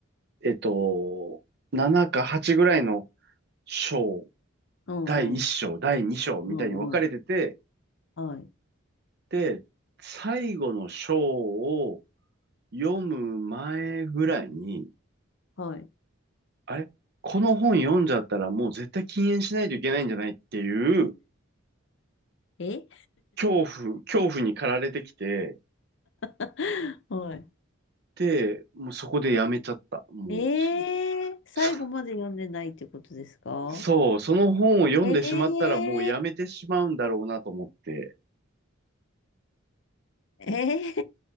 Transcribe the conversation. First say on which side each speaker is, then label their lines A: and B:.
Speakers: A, on the right (about 50°); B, on the left (about 60°).
A: えっと、7か8ぐらいの章、
B: うん、
A: 第1章、第2章みたいに分かれてて、
B: うん、うん。はい、
A: で、最後の章を読む前ぐらいに、
B: はい。
A: あれこの本読んじゃったらもう絶対禁煙しないといけないんじゃないっていう
B: え
A: 恐怖、恐怖に駆られてきて、
B: <laughs> はい。
A: で、もうそこでやめちゃった。もう、
B: えー、
A: そ、
B: 最後まで読んでないってことですか
A: <laughs> そそう、その本を読んでしまったらもうやめてしまうんだろうなと思って。
B: えー、え